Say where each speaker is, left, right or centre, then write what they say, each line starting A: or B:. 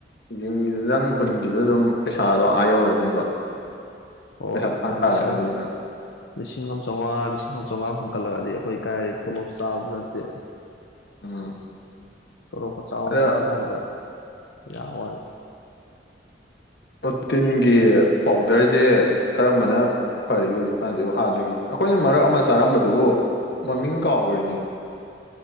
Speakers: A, on the left (about 60°); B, on the left (about 85°).
A: ꯖꯝꯤꯒꯤꯗꯨꯗꯪ ꯍꯨꯟꯈꯤꯕꯗ ꯑꯗꯨꯝ ꯄꯩꯁꯥꯗꯣ ꯑꯥ ꯌꯧꯔꯅꯤꯕ
B: ꯍꯣꯏ
A: ꯄꯩꯁꯥ ꯊꯥꯡ
B: ꯀꯥꯏ
A: ꯇꯥꯔꯒꯗꯤ
B: ꯂꯤꯁꯤꯡ
A: ꯑꯗꯨꯅ
B: ꯂꯤꯁꯤꯡ ꯑꯃ ꯆꯥꯝꯃꯉꯥ ꯂꯤꯁꯤꯡ ꯑꯃ ꯆꯥꯝꯃꯉꯥ ꯍꯨꯝꯟꯀꯠꯂꯒꯗꯤ ꯑꯩꯈꯣꯏ ꯀꯥꯏ ꯇꯣꯂꯣꯞ ꯆꯥꯕꯁꯨ ꯅꯠꯇꯦ
A: ꯎꯝ
B: ꯀꯔꯣꯞꯀ ꯆꯥꯎꯅ
A: ꯑꯗ
B: ꯆꯥꯔꯀꯥꯟꯗ ꯌꯥꯕ ꯋꯥꯅꯤ
A: ꯄ꯭ꯔꯣꯇꯤꯟꯒꯤ ꯄꯥꯎꯗꯔꯁꯦ ꯀꯔꯝꯕꯅ ꯐꯔꯤ ꯍꯧꯖꯤꯛꯀꯥꯟꯁꯤ ꯍꯥꯟꯅꯒꯤ ꯑꯩꯈꯣꯏꯅ ꯃꯔꯛ ꯑꯃ ꯆꯥꯔꯝꯕꯗꯨꯕꯨ ꯃꯃꯤꯡ ꯀꯥꯎꯈꯔꯤꯅꯦ